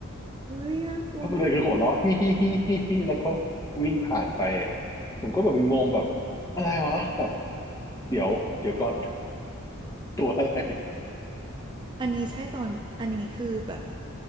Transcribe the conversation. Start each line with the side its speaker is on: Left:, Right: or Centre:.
Right: เฮ้ยน่ากลัวมาก
Left: เพราะประเด็นคือหัวเราะ <laughs> ฮิฮิฮิฮิฮิแล้วก็วิ่งผ่านไปอะผมก็แบบงงแบบอะไรวะแบบเดี๋ยวเดี๋ยวก่อนตัวอะไร
Right: อันนี้ใช่ตอนอันนี้คือแบบ